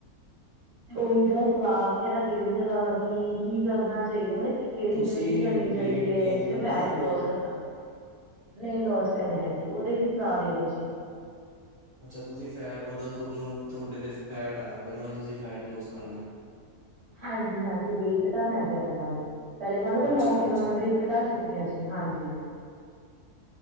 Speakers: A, on the right; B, on the left.
A: ਤੇ ਉਹੀ ਜਿਹੜਾ ਸਲਾਹ ਵਗੈਰਾ ਦੇ ਦੋ ਜਰਾ ਕੀ -ਕੀ ਕਰਨਾ ਚਾਹੀਦਾ, ਮਤਲਬ ਕੀ। ਕਿਹੜੀ
B: ਤੁਸੀਂ
A: ਜਿਮ ਜੀ ਕਰਨੀ
B: ਵੇਟ
A: ਚਾਹੀਦੀ ਹੈ,
B: ਗੇਨ
A: ਜਿਵੇਂ
B: ਕਰਨਾ
A: ਫੈਟ
B: ਜਾਂ
A: ਲੋਸ ਕਰਨਾ ਹੋਏ। ਨਹੀਂ ਲੋਸ ਕਰਨਾ ਹੈ ਜੀ, ਉਹਦੇ ਲਈ ਸਲਾਹ ਦੇ ਦੋ ਜੀ
B: ਅੱਛਾ ਤੁਸੀਂ ਫੈਟ ਮਤਲਬ ਤੁਹਾਨੂੰ, ਤੁਹਾਡੇ ਤੇ ਫੈਟ ਆਇਆ ਹੋਇਆ ਮਤਲਬ ਤੁਸੀਂ ਫੈਟ ਲੂਜ ਕਰਨਾ।
A: ਹਾਂਜੀ -ਹਾਂਜੀ ਵੇਟ ਘਟਾਉਣਾ ਜੀ ਆਪਣਾ ਜੀ, ਪਹਿਲੇ ਨਾਲੋਂ ਤਾਂ
B: ਅੱਛਾ-ਅੱਛਾ,
A: ਨੌ ਕਿਲੋ ਮੈਂ ਵੇਟ। ਘਟਾ ਚੁੱਕੀ ਆਂ ਜੀ, ਹਾਂਜੀ